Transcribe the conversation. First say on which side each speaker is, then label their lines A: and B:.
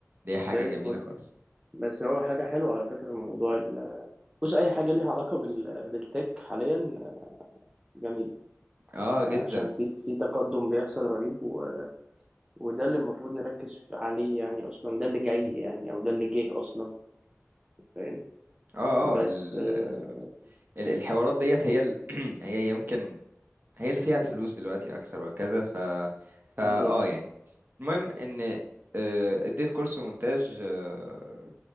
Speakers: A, on the right; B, on the right.
A: دي حاجة
B: زي
A: جميلة
B: الفل
A: خالص
B: بس هو حاجة حلوة على فكرة موضوع ال... بص أي حاجة ليها علاقة بال... بالتك حاليا جميلة
A: اه جدا
B: عشان في في تقدم بيحصل رهيب و... وده اللي المفروض نركز عليه يعني أصلا ده اللي جاي يعني أو ده اللي جه أصلا فاهم
A: اه
B: بس
A: اه ال...
B: آه،
A: ال- الحوارات ديت
B: مم.
A: هي ال... <clears throat> هي يمكن هي اللي فيها الفلوس دلوقتي اكثر وكذا ف فا
B: بالظبط
A: اه يعني المهم ان آه، اديت كورس مونتاج آه،